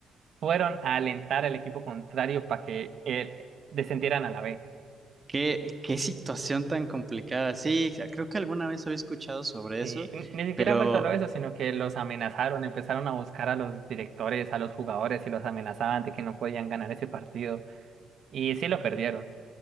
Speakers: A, on the right; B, on the right.
A: fueron a alentar al equipo contrario para que eh, descendieran a la B.
B: qué, qué situación tan complicada. Sí, creo que alguna vez había escuchado sobre
A: Sí,
B: eso,
A: n- ni siquiera
B: pero
A: fue solo eso, sino que los amenazaron, empezaron a buscar a los directores, a los jugadores y los amenazaban de que no podían ganar ese partido. Y sí lo perdieron.